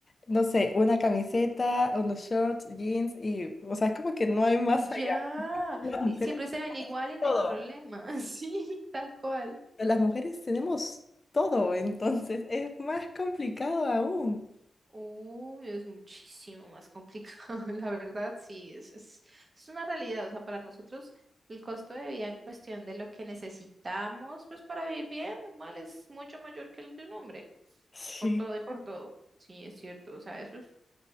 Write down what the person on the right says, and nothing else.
Y ya,
y siempre se ven igual y no
hay problema, <laughs> sí, tal cual.
Uy, es muchísimo más complicado, <laughs> la verdad, sí, es, es, es una realidad, o sea, para nosotros el costo de vida en cuestión de lo que necesitamos, pues para vivir bien, normal, es mucho mayor que el de un hombre,
por todo y por todo, sí, es cierto, o sea, eso es